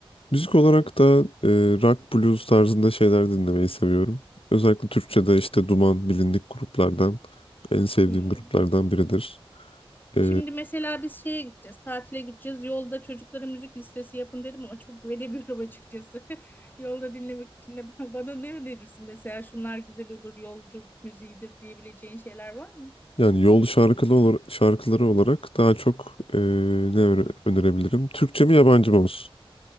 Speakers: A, on the left; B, on the left.
A: Müzik olarak da e, rock blues tarzında şeyler dinlemeyi seviyorum. Özellikle Türkçe'de işte Duman bilindik gruplardan en sevdiğim
B: Hmm.
A: gruplardan biridir. E,
B: Şimdi mesela biz şeye gideceğiz, tatile gideceğiz. Yolda çocuklara müzik listesi yapın dedim ama çok güvenemiyorum açıkçası. <laughs> Yolda dinlemek için de bana, bana ne önerirsin? Mesela şunlar güzel olur, yolcu müziğidir diyebileceğin şeyler var mı?
A: yani yol şarkılı olur, şarkıları olarak daha çok e, ne öne- önerebilirim? Türkçe mi yabancı mı olsun?